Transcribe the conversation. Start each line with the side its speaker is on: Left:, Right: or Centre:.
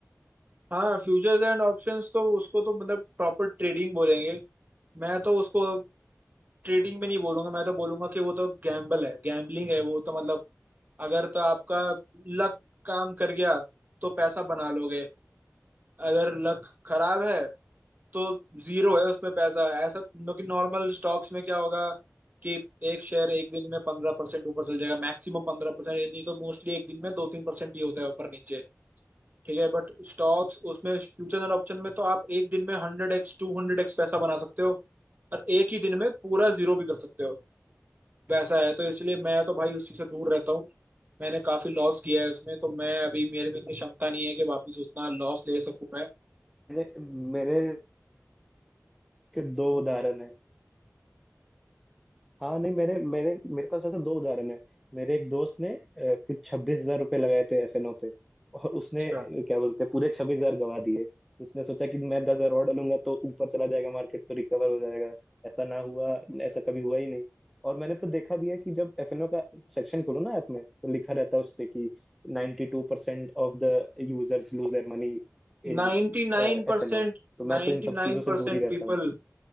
Right: हाँ फ्यूचर्स एंड ऑप्शंस तो उसको तो मतलब प्रॉपर ट्रेडिंग बोलेंगे मैं तो उसको ट्रेडिंग में नहीं बोलूंगा मैं तो बोलूंगा कि वो तो गैम्बल है गैम्बलिंग है वो तो मतलब अगर तो आपका लक काम कर गया तो पैसा बना लोगे अगर लक खराब है तो जीरो है उसमें पैसा ऐसा नो कि नॉर्मल स्टॉक्स में क्या होगा कि एक शेयर एक दिन में पंद्रह परसेंट ऊपर चल जाएगा मैक्सिमम पंद्रह परसेंट नहीं तो मोस्टली एक दिन में दो तीन परसेंट ही होता है ऊपर नीचे ठीक है बट स्टॉक्स उसमें फ्यूचर एंड ऑप्शन में तो आप एक दिन में हंड्रेड एक्स टू हंड्रेड एक्स पैसा बना सकते हो और एक ही दिन में पूरा जीरो भी कर सकते हो वैसा है तो इसलिए मैं तो भाई उसी से दूर रहता हूँ मैंने काफी लॉस किया है उसमें तो मैं अभी मेरे में इतनी क्षमता नहीं है कि वापस उतना लॉस ले
Centre: और
Right: सकूं
Centre: मैंने मैंने सिर्फ दो उदाहरण है हाँ नहीं मैंने मैंने मेरे पास ऐसा दो उदाहरण है मेरे एक दोस्त ने अ, कुछ छब्बीस हजार रुपये लगाए थे एफएनओ पे और उसने
Right: मैं
Centre: अ, क्या बोलते हैं पूरे छब्बीस हजार गंवा दिए उसने सोचा कि मैं दस हजार और डालूंगा तो ऊपर चला जाएगा मार्केट तो रिकवर हो जाएगा ऐसा ना हुआ ऐसा कभी हुआ ही नहीं और मैंने तो देखा भी है कि जब एफएनओ का सेक्शन खोलो ना ऐप में तो लिखा रहता है उस पे कि 92% two percent of the users lose their money in
Right: ninety nine
Centre: FNO
Right: percent
Centre: तो मैं
Right: ninety
Centre: तो इन सब
Right: nine
Centre: चीजों से
Right: percent
Centre: दूर ही रहता
Right: people
Centre: हूँ